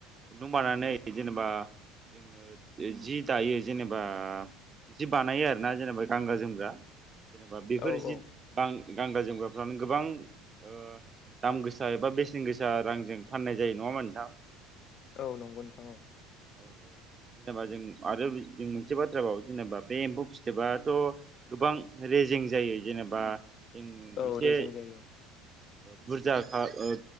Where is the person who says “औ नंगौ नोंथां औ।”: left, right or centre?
Left